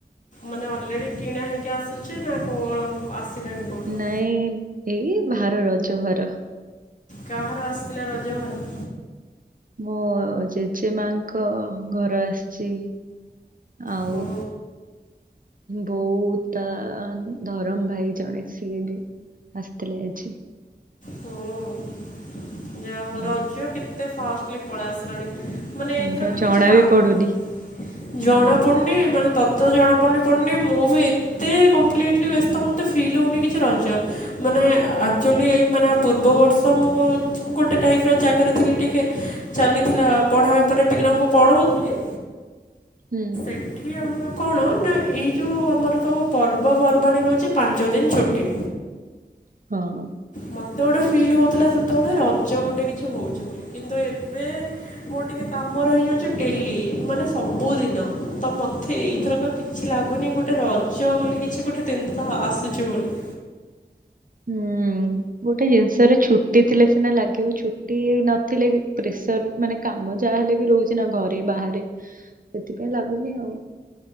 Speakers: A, on the left (about 45°); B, on the right (about 50°).
A: ମାନେ ଅଲରେଡି କିଣା ହେଇକି ଆସୁଛି ନା କଣ ଆସିଲାଣି କେଉଁଠୁ
B: ନାଇଁ ଏଇ ଭାର ରଜ ଭାର।
A: କାହାର ଆସିଥିଲା ରଜ ଭାର?
B: ମୋ ଜେଜେ ମାଙ୍କ ଘର ଆସିଛି। ଆଉ
A: ହୁଁ
B: ବଉ ତା ଧରମ ଭାଇ ଜଣେ ସିଏ ବି। ଆସିଥିଲେ ଆଜି।
A: ହୁଁ ଯା ହଉ
B: ହଁ।
A: ରଜ କେତେ ଫାଷ୍ଟଲି ପଳେଇ ଆସିଲାଣି। ମାନେ
B: ହଁ
A: ଏଥରକ
B: ବା ଜଣା
A: କିଛି ଲାଗୁ
B: ବି ପଡୁନି।
A: ଜଣା
B: ହୁଁ।
A: ପଡୁନି ମାନେ ତ ତ ଜଣାପଡ଼ନି ପଡୁନି ମୁଁ ବି ଏତେ କମ୍ପ୍ଲିଟିଲି ବ୍ୟସ୍ତ ମତେ ଫିଲ୍ ହଉନି କିଛି ରଜ ମାନେ ଆକ୍ଚୁଆଲି ମାନେ ଆ ପୂର୍ବବର୍ଷ ମୁଁ ଗୋଟେ ଟାଇପ୍ ର ଜାଗାରେ ଥିଲି ଟିକେ ଚାଲିଥିଲା ପଢା ଉପରେ ପିଲାଙ୍କୁ ପଢୋଉଥିଲି।
B: ହୁଁ।
A: ଏଠି ଆମର କଣ ନା ଏଇ ଯୋଉ ଆମର ସଵୁ ପର୍ବପର୍ବାଣି ରହୁଚି ପାଞ୍ଚ ଦିନି ଛୁଟି।
B: ହଁ।
A: ମତେ ଗୋଟେ ଫିଲ୍ ହଉଥିଲା ସେତେବେଳେ ରଜ ଗୋଟେ କିଛି ହଉଛି ବୋଲି କିନ୍ତୁ ଏବେ ମୋର ଟିକେ କାମ ରହିଯାଉଛି ଡେଲି ମାନେ ସବୁଦିନ ତ ମତେ ଏଇଥରକ କିଛି ଲାଗୁନି ଗୋଟେ ରଜ ବୋଲି କିଛି ଗୋଟେ ଦିନିଷ ଆସୁଛି ବୋଲି।
B: ହୁଁ। ଗୋଟେ ଜିନିଷରେ ଛୁଟି ଥିଲେ ସିନା ଲାଗିବ ଛୁଟି ନଥିଲେ ପ୍ରେସର ମାନେ କାମ ଯାହାହେଲେ ବି ରହୁଛି ନା ଘରେ ବାହାରେ ସେଥିପାଇଁ ଲାଗୁନି ଆଉ।